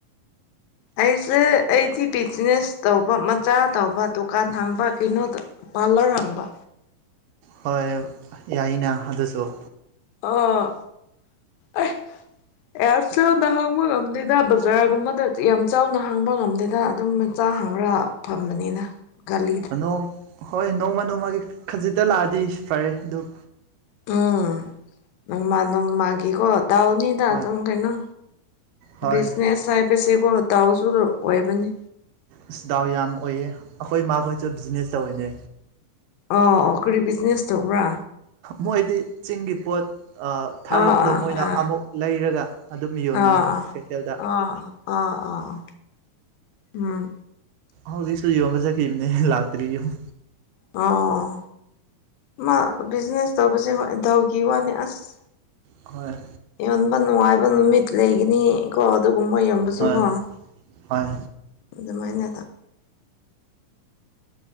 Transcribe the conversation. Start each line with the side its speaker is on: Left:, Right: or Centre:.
Left: ꯑꯩꯁꯦ ꯑꯩꯗꯤ ꯄꯤꯖꯤꯅꯦꯁ ꯇꯧꯕ ꯃꯆꯥ ꯇꯧꯕ ꯗꯨꯀꯥꯟ ꯍꯥꯡꯕ ꯀꯩꯅꯣꯗꯣ ꯄꯥꯂ꯭ꯔ ꯍꯡꯕ
Right: ꯍꯣꯏ ꯌꯥꯏꯅ ꯑꯗꯨꯁꯨ
Left: ꯑꯣ ꯑꯦ ꯌꯥꯝ ꯆꯥꯎꯅ ꯍꯥꯡꯕ ꯉꯝꯗꯦꯗ ꯕꯖꯥꯔꯒꯨꯝꯕꯗ ꯌꯥꯝ ꯆꯥꯎꯅ ꯍꯥꯡꯕ ꯉꯝꯗꯦꯗ ꯑꯗꯨꯝ ꯆꯥ ꯍꯥꯡꯔꯒ ꯐꯝꯕꯅꯤꯗ ꯒꯂꯤ
Right: ꯑꯅꯣꯝ ꯍꯣꯏ ꯅꯣꯡꯃ ꯅꯣꯡꯃꯒꯤ ꯈꯖꯤꯛꯇ ꯂꯥꯛꯑꯗꯤ ꯐꯔꯦ ꯑꯗꯨꯝ
Left: ꯎꯝ ꯅꯣꯡꯃꯥ ꯅꯣꯡꯃꯒꯤꯀꯣ ꯗꯥꯎꯅꯤ ꯑꯗ
Right: ꯍꯣꯏ
Left: ꯑꯗꯨꯝ ꯀꯩꯅꯣ
Right: ꯍꯣꯏ
Left: ꯕꯤꯖꯤꯅꯦꯁ ꯍꯥꯏꯕꯁꯦꯀꯣ ꯗꯥꯎꯁꯨꯔꯨ ꯑꯣꯏꯕꯅꯤ
Right: ꯑꯁ ꯗꯥꯎ ꯌꯥꯝ ꯑꯣꯏꯌꯦ ꯑꯈꯣꯏ ꯃꯥ ꯈꯣꯏꯁꯨ ꯕꯤꯖꯤꯅꯦꯁ ꯇꯧꯋꯤꯅꯦ
Left: ꯑꯣ ꯀꯔꯤ ꯕꯤꯖꯤꯅꯦꯁ ꯇꯧꯕ꯭ꯔꯥ
Right: ꯃꯣꯏꯗꯤ ꯆꯤꯡꯒꯤ ꯄꯣꯠ ꯑ ꯊꯥꯔꯛꯄꯗꯣ
Left: ꯑꯥ
Right: ꯃꯣꯏꯅ
Left: ꯑꯥ
Right: ꯑꯃꯨꯛ ꯂꯩꯔꯒ ꯑꯗꯨꯝ ꯌꯣꯟꯕꯅꯤ
Left: ꯑꯥ ꯑꯥ
Right: ꯀꯩꯊꯦꯜꯗ
Left: ꯑꯥ ꯑꯥ ꯑꯥ ꯑꯥ ꯑꯥ ꯎꯝ
Right: ꯍꯧꯖꯤꯛꯁꯨ ꯌꯣꯟꯕ ꯆꯠꯈꯤꯕꯅꯦ ꯂꯥꯛꯇ꯭ꯔꯤ ꯌꯨꯝ
Left: ꯑꯣ ꯑꯃꯥ ꯕꯤꯖꯤꯅꯦꯁ ꯇꯧꯕꯁꯦ ꯍꯣꯏ ꯗꯥꯎꯒꯤ ꯋꯥꯅꯦ ꯑꯁ
Right: ꯍꯣꯏ
Left: ꯌꯣꯟꯕ ꯅꯨꯡꯉꯥꯏꯕ ꯅꯨꯃꯤꯠ ꯂꯩꯒꯅꯤ ꯀꯣ ꯑꯗꯨꯒꯨꯝꯕ ꯌꯝ ꯕꯁꯨꯀꯣ
Right: ꯍꯣꯏ ꯍꯣꯏ
Left: ꯑꯗꯨꯃꯥꯏꯅꯗ